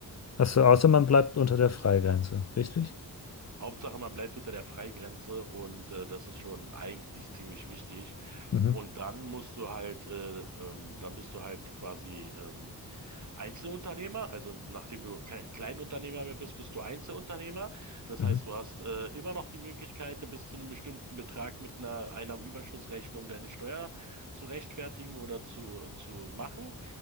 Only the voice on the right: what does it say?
Hauptsache, man bleibt unter der Freigrenze und äh, das ist schon eigentlich ziemlich wichtig.
Und dann musst du halt, äh, ähm, dann bist du halt quasi ähm, Einzelunternehmer. Also nachdem du kein Kleinunternehmer mehr bist, bist du Einzelunternehmer. Das
heißt, du hast äh, immer noch die Möglichkeit, bis zu einem bestimmten Betrag mit einer Einnahmenüberschussrechnung deine Steuer zu rechtfertigen oder zu, zu machen.